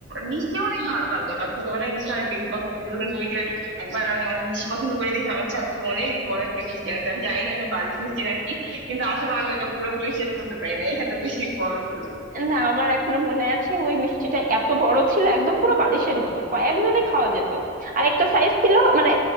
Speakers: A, on the right; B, on the right.
A: মিষ্টি অনেক ভালো লাগতো আমার ছোটবেলায় মিষ্টি অনেক বেশি পছন্দ ছিল কিন্তু ওই যে একবার আমি অনেক মিষ্টি পছন্দ করি দেখে আমার ছাত্র অনেক বড় একটা মিষ্টি আনছে আমি জানি না এটা বালিশ মিষ্টি নাকি কিন্তু আসলে আমি এটা পুরোপুরি শেষ করতে পারি না এত বেশি বড় ছিল
B: না আমার এখনো মনে আছে ওই মিষ্টিটা এত বড় ছিল একদম পুরো বালিশের মতো কয়েকজনে খাওয়া যেত আর একটা সাইজ ছিল মানে